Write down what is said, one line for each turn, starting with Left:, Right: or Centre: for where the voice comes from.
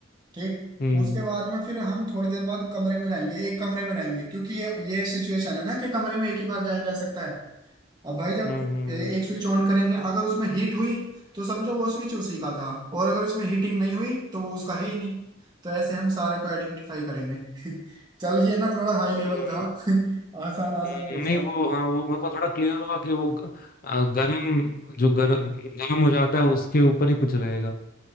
Right: ठीक
Left: हम्म
Right: उसके बाद में फिर हम थोड़ी देर बाद कमरे में जाएंगे एक कमरे में जाएंगे क्योंकि ये ये सिचुएशन है ना कि कमरे में एक ही बार जाया जा सकता है अब भाई जब
Left: हम्म हम्म
Right: ए-
Left: हम्म,
Right: एक स्विच ऑन करेंगे अगर उसमें हीट हुई तो समझो वो स्विच उसी का था और अगर उसमें हीटिंग नहीं हुई तो वो उसका है ही नहीं तो ऐसे हम सारे को आइडेंटिफाई करेंगे <laughs> चल ये ना थोड़ा हाई लेवल
Left: हम्म।
Right: था <laughs> आसान आसान
Left: हम्म,
Right: पूछता
Left: नहीं
Right: हूँ
Left: वो हाँ वो मेरे को थोड़ा क्लियर हुआ कि वो ग- आ, गर्म जो गर्म गर्म हो जाता है उसके ऊपर ही कुछ रहेगा